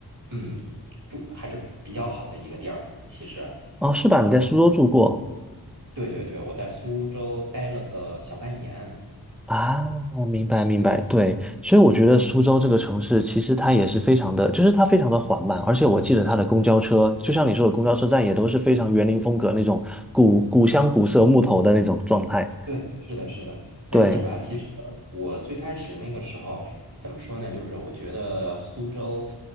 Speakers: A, on the right; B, in the centre.
A: 嗯，住还是比较好的一个地儿。其实，
B: 哦是吧？你在苏州住过？
A: 对对对，我在苏州待了个小半年。
B: 啊，明白明白，
A: 嗯，
B: 对，所以我觉得苏州这个城市其实它也是非常的，就是它非常的缓慢，而且我记得它的公交车，就像你说的，公交车站也都是非常园林风格那种古古香古色木头的那种状态。
A: 对，是的，是的，而且吧，
B: 对，
A: 其实我最开始那个时候怎么说呢？就是我觉得苏州